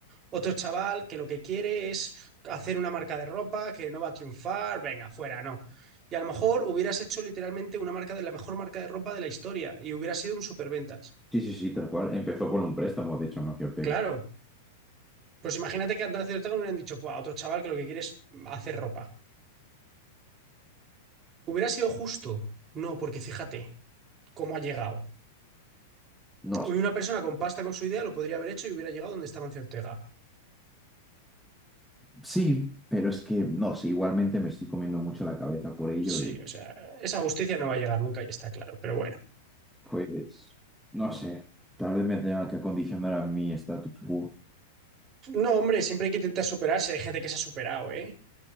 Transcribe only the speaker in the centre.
Sí, sí, sí, tal cual. Empezó con un préstamo, de hecho, Amancio Ortega.
No,
sí, pero es que no sé, igualmente me estoy comiendo mucho la cabeza por ello
y
pues no sé, tal vez me tenga que acondicionar a mi status quo.